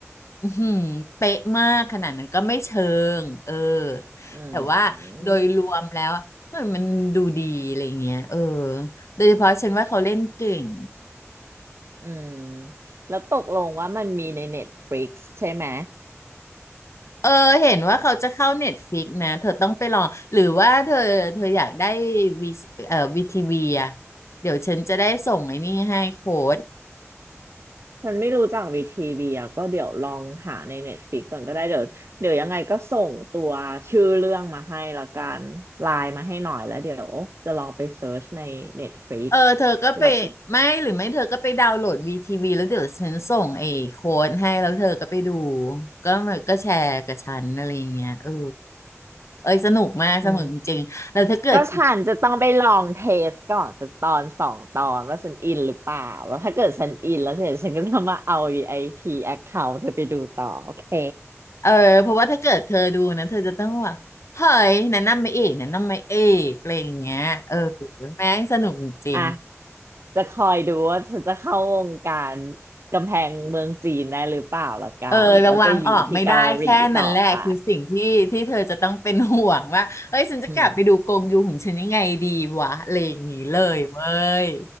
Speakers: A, on the left (about 65°); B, on the right (about 55°).
A: อื้อหือเป๊ะมากขนาดนั้นก็ไม่เชิงเออ
B: อื
A: แต่ว่าโดยรวมแล้วอะเฮ้ยมันดูดีอะไรเงี้ยเออ
B: ม
A: โดยเฉพาะฉันว่าเขาเล่นเก่ง
B: อืมแล้วตกลงว่ามันมีใน Netflix ใช่ไหม
A: เออเห็นว่าเขาจะเข้าเน็ตฟิกนะเธอต้องไปลองหรือว่าเธอเธออยากได้วีเอ่อวีทีวีอะเดี๋ยวฉันจะได้ส่งไอ้นี่ให้โค้ด
B: มันไม่รู้จักวีทีวีอ่ะก็เดี๋ยวลองหาใน Netflix ก่อนก็ได้เดี๋ยวเดี๋ยวยังไงก็ส่งตัวชื่อเรื่องมาให้ละกันไลน์มาให้หน่อยแล้วเดี๋ยวจะลองไปเซิร์ชใน Netflix
A: เออเธอก็ไปไม่หรือไม่เธอก็ไปดาวน์โหลดวีทีวีแล้วเดี๋ยวฉันส่งไอ้โค้ดให้แล้วเธอก็ไปดู
B: แล้วก็
A: ก็มันก็แชร์กับฉันอะไรอย่างเงี้ยเออเอ้ยสนุกมากสนุกจริงๆแล้วถ้าเกิด
B: อืมก็ฉันจะต้องไปลองเทสก่อนสักตอนสองตอนว่าฉันอินหรือเปล่าแล้วถ้าเกิดฉันอินแล้วเสร็จฉันก็จะมาเอาวีไอ i ี account เธอไปดูต่อโอเค
A: เออเพราะว่าถ้าเกิดเธอดูนะเธอจะต้องว่าเฮ้ยแนะนำมาเอกแนะนำมาเอกอะไรอย่างเงี้ยเออแม่งสนุกจริง
B: อ่ะจะคอยดูว่าฉันจะเข้าวงการกำแพงเมืองจีนได้หรือเปล่าละกันหรือว่าจะอยู่ที่เกาหลีต่อไป
A: เออระวังออกไม่ได้แค่นั้นแหละคือสิ่งที่ที่เธอจะต้องเป็นห่วงว่าเฮ้ยฉันจะกลับไปดูกงยูของฉันยังไงดีวะอะไรอย่างงี้เลยเว้ย
B: อืม